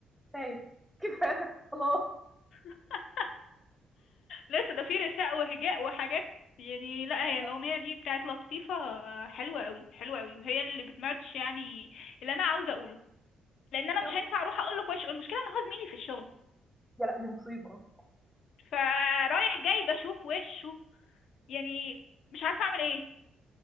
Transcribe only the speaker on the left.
<laughs> لسه ده في رثاء وهجاء وحاجات يعني لا
هي الأغنية دي بتاعت لطيفة آه، حلوة قوي حلوة قوي وهي اللي بتماتش يعني اللي أنا عاوزة أقوله لأن أنا
مش هينفع أروح أقول له في وشه المشكلة إن هو زميلي في الشغل
فرايح جاي بشوف وشه يعني مش عارفة أعمل إيه